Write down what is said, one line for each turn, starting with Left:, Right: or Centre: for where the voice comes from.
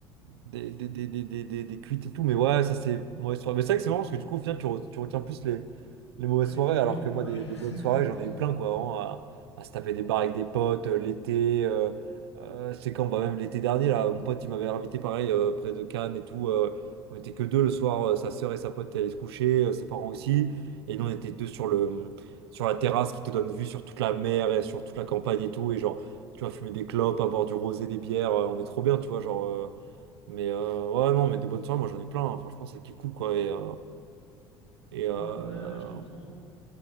Right: des, des, des, des, des, des- des cuites et tout, mais ouais, ça c'est mauvaise soirée. Mais c'est vrai que c'est marrant parce que du coup, au final, tu, re- tu retiens plus les, les mauvaises
Left: Ouais, les
Right: soirées,
Left: mauvais.
Right: alors que moi,
Left: Ouais.
Right: des, des bonnes
Left: <laughs>
Right: soirées, j'en ai eu plein, quoi, vraiment, à, à se taper des bars avec des potes, euh, l'été, euh, euh, je sais quand, bah, même l'été dernier, là, mon pote, il m'avait invité, pareil, euh, près de Cannes et tout, euh, on était que deux le soir, euh, sa sœur et sa pote allaient se coucher, euh, ses parents aussi, et nous, on était deux sur le, sur la terrasse qui te donne vue sur toute la mer et sur toute la campagne et tout, et genre, tu vois, fumer des clopes, à boire du rosé, des bières, euh, on est trop bien, tu vois, genre... euh, mais euh, ouais, non, mais des bonnes soirées, moi j'en ai plein, hein. Franchement, c'est qui est cool quoi. Et, euh, et euh,
Left: Bah ouais, ouais, je comprends.